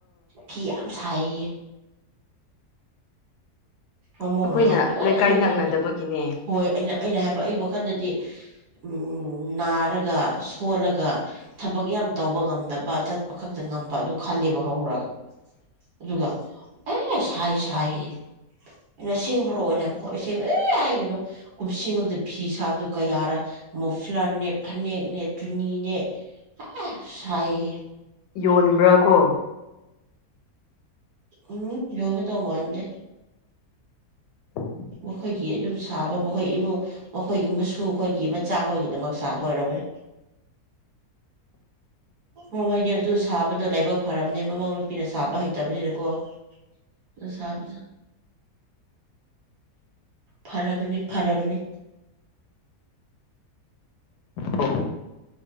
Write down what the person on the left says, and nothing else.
ꯑꯩꯈꯣꯏꯅ
ꯂꯩꯀꯥꯏ
ꯅꯛꯅꯗꯕꯒꯤꯅꯦ
ꯌꯣꯟꯕ꯭ꯔꯥ ꯀꯣ
<unintelligible>
ꯍ